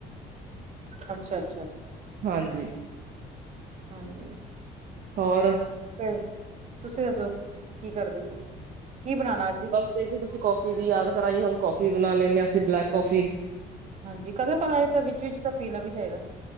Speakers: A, on the right; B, on the right.
A: ਅੱਛਾ-ਅੱਛਾ।
B: ਹਾਂਜੀ।
A: ਹਾਏ।
B: ਹੋਰ?
A: ਤੇ ਤੁਸੀਂ ਦੱਸੋ ਕੀ ਕਰਦੇ ਸੀ? ਕੀ ਬਣਾਉਣਾ ਅੱਜ
B: ਬਸ ਦੇਖ ਲੋ ਤੁਸੀਂ ਕੌਫੀ ਦੀ ਯਾਦ ਕਰਾਈ ਹੁਣ, ਕੌਫੀ ਬਣਾ ਲੈਂਣੇ ਹਾਂ, ਅਸੀਂ ਬਲੈਕ ਕੌਫੀ।
A: ਹਾਂਜੀ ਕਦੋਂ ਕਦਾਏ ਤਾਂ ਵਿੱਚ-ਵਿਚ ਤਾਂ ਪੀਣਾ ਵੀ ਚਾਹੀਦਾ।